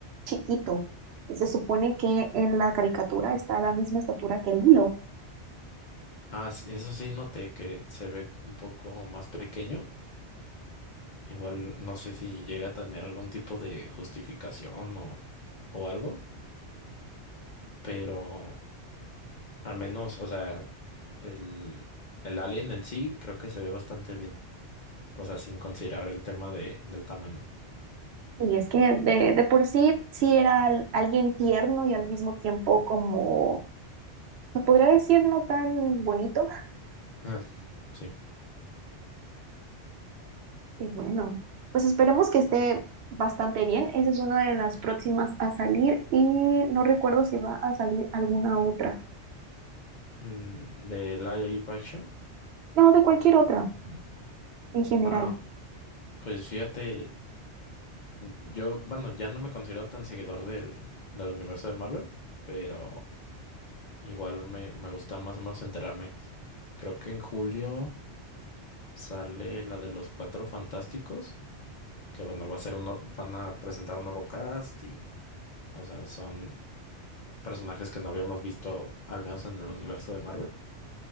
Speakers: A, on the right (about 70°); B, on the left (about 45°).
A: chiquito. Y se supone que en la caricatura está a la misma estatura que el Lilo.
B: Ah, sí, eso sí noté que se ve un poco más pequeño Igual no sé si llega a tener algún tipo de justificación o, o algo, pero al menos, o sea, el, el alien en sí creo que se ve bastante bien. O sea, sin considerar el tema de, del tamaño.
A: Y es que de, de por sí, sí era al- alguien tierno y al mismo tiempo como, se podría decir, no tan bonito
B: Ah, sí.
A: Y bueno, pues esperemos que esté bastante bien. Esa es una de las próximas a salir y no recuerdo si va a salir alguna otra.
B: Mm, de live action.
A: No, de cualquier otra en general.
B: Ah, pues fíjate, yo, bueno, ya no me considero tan seguidor del, del universo de Marvel, pero igual me, me gusta más o menos enterarme. Creo que en julio. Sale la de los Cuatro Fantásticos, que bueno, va a ser uno, van a presentar un nuevo cast y, o sea, son personajes que no habíamos visto, al menos en el universo de Marvel.